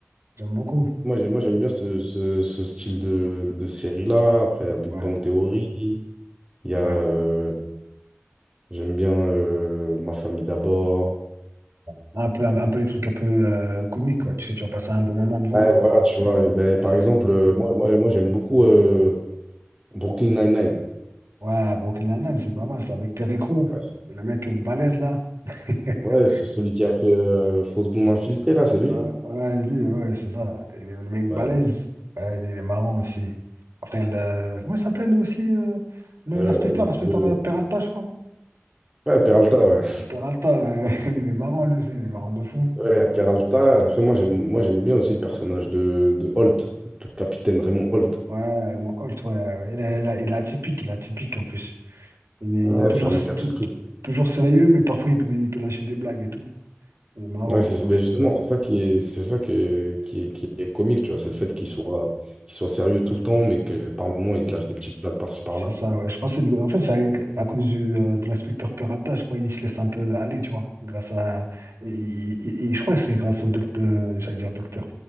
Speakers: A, on the right; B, on the right.
A: J'aime beaucoup.
B: Moi, j'aime, moi, j'aime bien ce, ce- ce style de, de série-là. Après, la Big
A: Ouais,
B: Bang Theory, il y a,
A: ouais.
B: euh, j'aime bien euh, Ma famille d'abord.
A: ouais. Un peu, un, peu les trucs un peu euh, comiques, quoi. Tu sais, tu vas passer un bon moment devant,
B: Ouais,
A: quoi.
B: voilà, tu vois, ben,
A: Ah,
B: par
A: ça,
B: exemple,
A: c'est...
B: euh, moi, moi, moi j'aime beaucoup euh, Brooklyn Nine-Nine.
A: Ouais, Brooklyn Nine-Nine, c'est pas mal, ça, avec Terry Crew
B: Ouais, c'est
A: le mec balèze, là. <laughs>
B: ouais, c'est celui qui a fait euh, Fausse Bombe Infiltrée, là, c'est lui.
A: Ouais, ouais, lui, ouais, c'est ça. Il est- le mec
B: Ouais,
A: balèze. Ouais, il est marrant aussi. Après, il a- comment il s'appelle aussi euh, le-
B: Euh,
A: l'inspecteur? Inspecteur
B: de-
A: euh, Peralta, je crois.
B: ouais Peralta, ouais.
A: Peralta, ouais, <laughs> il est marrant, lui aussi. Il est marrant de fou.
B: Ouais, il Peralta. Après, moi, j'aime moi, j'aime bien aussi le personnage de, de Holt, le capitaine Raymond Holt.
A: Ouais, mon Holt, ouais, ouais, il est, il est- il est atypique, il est atypique en plus. Il est
B: Ouais,
A: toujours,
B: c'est un mec à
A: tout-
B: surprise.
A: toujours sérieux, mais parfois il peut, il peut lâcher des blagues et tout. Il est marrant,
B: Ouais, c'est,
A: de ouf.
B: mais justement, c'est ça qui est, c'est ça que, qui est, qui est comique, tu vois. C'est le fait qu'il soit, qu'il soit sérieux tout le temps, mais que par moments, il te lâche des petites blagues par-ci, par-là.
A: C'est ça, ouais. Je pense que c'est le- en fait, c'est avec- à cause du, euh, de l'inspecteur Peralta, je crois il se laisse un peu aller, tu vois. Grâce à. Et, et- et je crois que c'est grâce au docteur, j'allais dire docteur,